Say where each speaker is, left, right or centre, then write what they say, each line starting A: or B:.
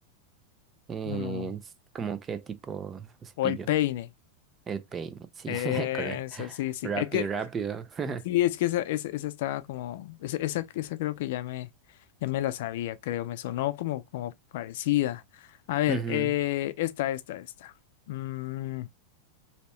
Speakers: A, on the right (about 20°); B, on the left (about 65°).
A: Eh,
B: No.
A: es como que tipo cepillo.
B: O el peine.
A: El peine, sí,
B: Eso,
A: <laughs> correcto.
B: sí, sí.
A: Rápido,
B: Es que
A: rápido.
B: Sí,
A: <laughs>
B: es que esa, esa, esa estaba como, esa, esa, esa creo que ya me, ya me la sabía, creo, me sonó como, como parecida. A ver,
A: Ujú,
B: eh, esta, esta, esta. Mm,